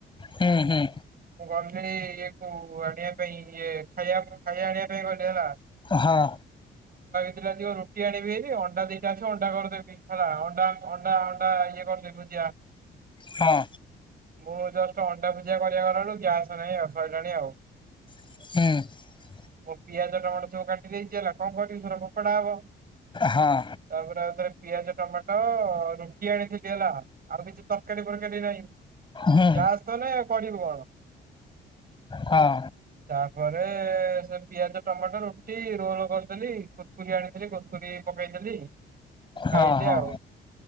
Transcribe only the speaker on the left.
ହୁଁ ହୁଁ।
ହଁ
ହଁ।
ହୁଁ।
ହଁ
ହୁଁ
ହଁ।
ହଁ ହଁ